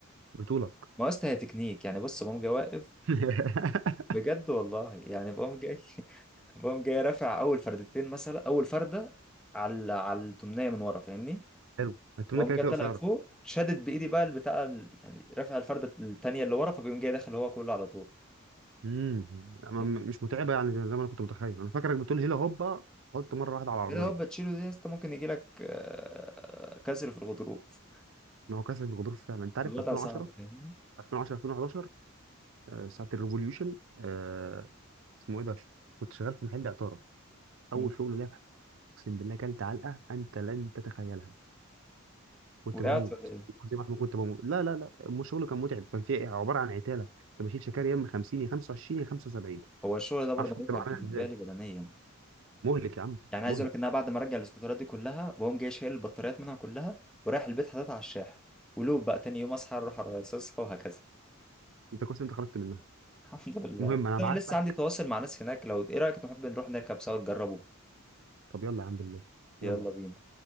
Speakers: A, on the right; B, in the centre.
A: بطولك
B: ما هو يا اسطى هي تكنيك يعني بص بقوم جاي واقف
A: <laughs>
B: بجد والله يعني بقوم جاي <laughs> بقوم جاي رافع اول فردتين مثلا اول فرده على على التمنيه من ورا فاهمني
A: حلو التمنيه
B: وقام
A: كده
B: جاي
A: كده
B: طالع
A: قصيره
B: فوق شدت بايدي بقى البتاع ال- يعني رافع الفرده التانيه اللي ورا فبيقوم جاي داخل هو كله على طول
A: امم
B: فهمت
A: مش متعبه يعني زي زي ما انا كنت متخيل انا فاكرك بتقول هيلا هوبا حط مره واحده على العربيه
B: كده هو بتشيله دي يا اسطى ممكن يجي لك آه، كسر في الغضروف
A: ما هو كسر الغضروف فعلا انت عارف
B: الوضع
A: 2010
B: صعب فاهمني
A: 2010 2011 آه، ساعه الريفوليوشن آه، اسمه ايه ده كنت شغال في محل عطاره اول
B: مم.
A: شغل ليا اقسم بالله كلت علقه انت لن تتخيلها كنت
B: وقعت
A: بموت
B: ولا ايه
A: زي ما احنا كنت بموت لا لا لا مو شغل كان متعب كان فيه عباره عن عتاله كنت بشيل شكاري يا اما 50 يا 25 يا 75 ما
B: هو الشغل ده برضه
A: اعرفش كنت
B: متعب
A: بعملها
B: بالنسبه
A: ازاي
B: لي بدنيا
A: مهلك يا عم
B: يعني عايز
A: مهلك
B: اقول لك ان انا بعد ما ارجع الاسكوترات دي كلها بقوم جاي شايل البطاريات منها كلها ورايح البيت حاططها على الشاحن ولوب بقى تاني يوم اصحى اروح ارصصها وهكذا
A: انت كويس انت خرجت منها
B: <laughs> الحمد لله
A: المهم انا
B: طيب
A: بعت
B: لسه
A: لك
B: عندي تواصل مع ناس هناك لو ايه رايك نحب نروح نركب سوا تجربه
A: طب يلا يا عم بالله
B: يلا
A: يلا
B: بينا